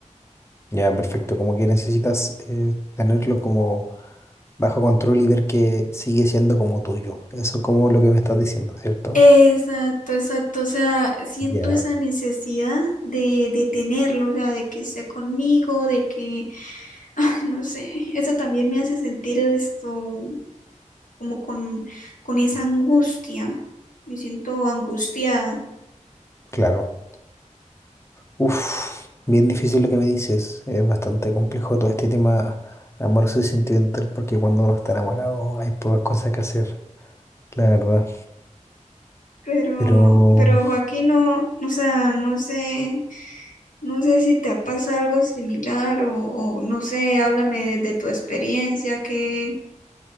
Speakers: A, on the left (about 20°); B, on the left (about 80°).
A: Ya, perfecto. Como que necesitas eh, tenerlo como bajo control y ver que sigue siendo como tuyo. Eso es como lo que me estás diciendo, ¿cierto?
B: Exacto, exacto. O sea, siento
A: Ya,
B: esa necesidad de, de tenerlo, o sea, de que esté conmigo, de que, <laughs> ay, no sé, eso también me hace sentir esto como con, con esa angustia. Me siento angustiada.
A: claro. Uf, bien difícil lo que me dices. Es bastante complejo todo este tema amoroso y sentimental porque cuando uno está enamorado hay pocas cosas que hacer, la verdad.
B: Pero,
A: Pero
B: pero Joaquín, no, o sea, no sé, no sé si te ha pasado algo similar o, o no sé, háblame de, de tu experiencia, ¿qué,